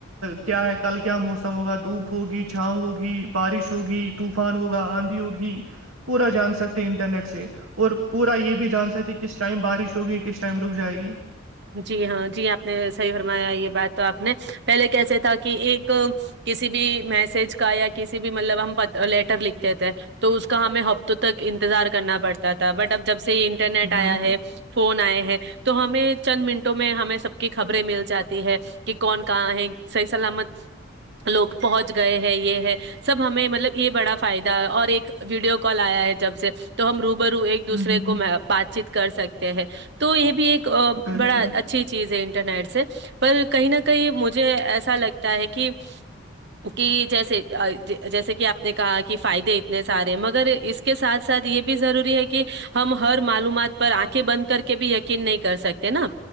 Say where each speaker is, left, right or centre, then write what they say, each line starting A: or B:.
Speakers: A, on the right (about 85°); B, on the right (about 55°).
A: کیا ہے کل کیا موسم ہوگا دھوپ ہوگی چھاؤ ہوگی بارش ہوگی طوفان ہوگا آندھی ہوگی پورا جان سکتے ہیں انٹرنیٹ سے اور پورا یہ بھی جان سکتی کس ٹائم بارش ہوگی کس ٹائم رک جائے گی
B: جی ہاں جی آپ نے صحیح فرمایا یہ بات تو آپ نے پہلے کیسے تھا کہ ایک کسی بھی میسج کا یا کسی بھی مطلب ہم لیٹر لکھتے تھے تو اس کا ہمیں ہفتوں تک انتظار کرنا پڑتا تھا بٹ اب جب سے انٹرنیٹ آیا
A: بالکل
B: ہے فون آئے ہیں تو ہمیں چند منٹوں میں ہمیں سب کی خبریں مل جاتی ہے کہ کون کہاں ہے صحیح سلامت لوگ پہنچ گئے ہیں یہ ہے سب ہمیں مطلب یہ بڑا فائدہ ہے اور ایک ویڈیو کال آیا ہے جب سے تو ہم روب رو ایک دوسرے
A: ہ ہ ہ
B: کو بات چیت کر سکتے ہیں تو یہ بھی ایک
A: بالکل
B: ا چیز انٹرنیٹ سے پر کہیں نہ کہیں مجھے ایسا لگتا ہے کہ کہ جیسے جیسے کہ آپ نے کہا کہ فائدے اتنے سارے ہیں مگر اس کے ساتھ ساتھ یہ بھی ضروری ہے کہ ہم ہر معلومات پر آنکھیں بند کر کے بھی یقین نہیں کر سکتے نا